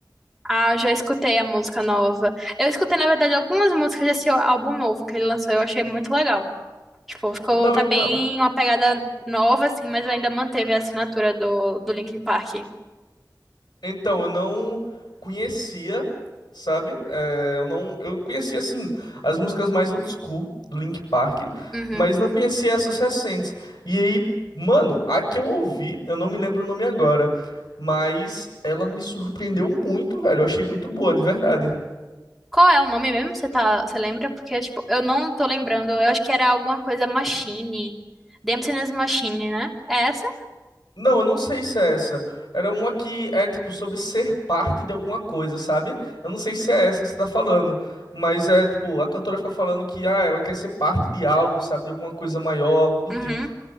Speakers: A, in the centre; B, on the left.
A: Ah, eu já escutei a música nova. Eu escutei, na verdade, algumas músicas desse álbum novo que ele lançou, eu achei muito legal. Tipo, ficou,
B: Não,
A: tá
B: então.
A: bem uma pegada nova, assim, mas ainda manteve a assinatura do, do Linkin Park.
B: Então, eu não conhecia, sabe? É, eu não, eu conhecia assim as músicas mais old school do Linkin Park,
A: Uhum.
B: mas não conhecia essas recentes. E aí, mano, a que eu ouvi, eu não me lembro o nome agora, mas ela me surpreendeu muito, velho. Eu achei muito boa, de verdade.
A: Qual é o nome mesmo? Você tá, você lembra? Porque, tipo, eu não tô lembrando. Eu acho que era alguma coisa Machine. Dempsey's Machine, né? É essa?
B: Não, eu não sei se é essa. Era uma que é tipo sobre ser parte de alguma coisa, sabe? Eu não sei se é essa que você tá falando, mas é tipo, a cantora fica falando que ah, ela quer ser parte de algo, sabe? De alguma coisa maior, algo do
A: Uhum.
B: tipo.